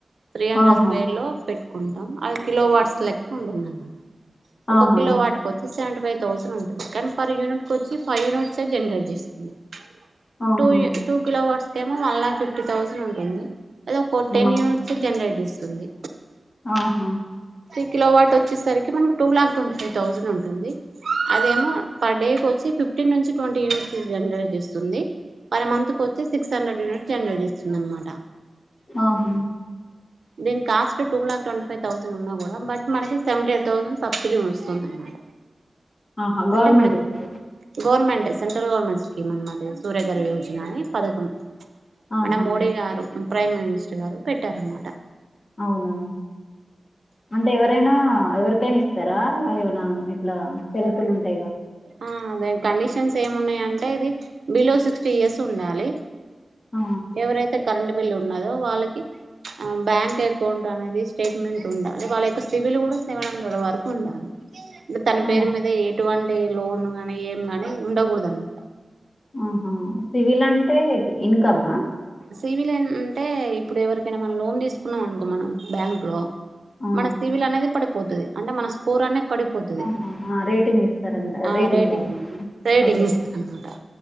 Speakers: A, on the right; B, on the left.
A: త్రీ అండ్
B: ఆహా
A: హాఫ స్వేర్ లో పెట్ కుంటం అవి కిలో వాట్స్ లెక్క ఉంటుందన్నమాట
B: ఆహా
A: ఒక కిలో వాట్కోచ్ సెవెంటీ ఫైవ్ తౌసండ్ ఉం కాని పర్ యూనిట్కొచ్చి ఫైవ్ యూనిట్స్ జనరేట్ చేస్తుంది
B: ఆహా
A: టూ యు టూ కిలోవర్స్ కేమో మళ్ళ ఫిఫ్ ఫిఫ్టీ థౌసేండ్ ఉంటుంది ఏదో ఓకే
B: ఆ
A: టెన్ యూనిట్స్ జనరేట్ ఇస్తుంది
B: ఆహా
A: త్రి కిలో వ్యాట్ ఒచ్చేసరికి మనకి two lakh twenty five thousand ఉంటుంది అదేమో పర్ డే వచ్చి ఫిఫ్టీన్ నుంచి ట్వంటీ యూనిట్స్ జనరేట్ చేస్తుంది పర్ మంత్ వచ్చి సిక్స్ హండ్రెడ్ యూనిట్ జనరేట్ చేస్తుంది అనమాట
B: ఆహా
A: దీని cost two lakh ట్వీ five thousand ఉన్నా కూడా బట్ మనకి సెవెంటీ ఎయిట్ థౌసండ్ సబ్సిడీ వస్తుందనమాట
B: ఆహా గవర్నమెంట్
A: అంటే మనకు
B: ఇస్తదా
A: గవర్నమెంట్ సెంట్రల్ గవర్నమెంట్ స్కీమ్ అనమాట సూర్యగరయోజన పథకం
B: ఆహా
A: మన మోడి గారు ప్రైమ్ మినిస్టర్ గారు పెట్టారన్నమాట
B: అవునా అంటే ఎవరైనా ఎవరి కైన ఇస్తారా ఇట్లా ఇట్లా తెరతలు ఉన్ తెగ
A: ఆ అదే కండీషన్ సేమ్ ఉన్నా అంటే ఇది బిలో సిక్స్టీ ఇయర్స్ ఉండాలి
B: ఆ
A: ఎవరైతే కరెంట్ బిల్ ఉన్ ఉన్నదో వాళ్ళకి బ్యాంక్ అకౌంట్ అనేది స్టేట్మెంట్ ఉండాలి వాళ్ళ యొక్క సిబిల్ కూడా సెవెన్ హండ్రెడ్ వరకు ఉండాలి తన
B: ఆ
A: పేరు మీద ఎటువం అంటే లోన్ గా ఏం గాని ఉండకూడదనమాట
B: ఆహా సివిల్ అంటే ఇన్కమా
A: సివిలేన్ అంటే ఇప్పుడు ఎవరికైనా మనం లోన్ తీసుకున్నాం అనుకో మనం బ్యాంక్ లో
B: ఆ
A: మన సివిల్ అనేది పడి పోతది అంటే మన స్కోర్ అనే పడిపోతది
B: ఆహా, ఆ రేటింగ్ ఇస్తారంట
A: ఆ రేటింగ్
B: లాగానా
A: రేటింగ్
B: ఓకే
A: ఇస్తది అన్న మాట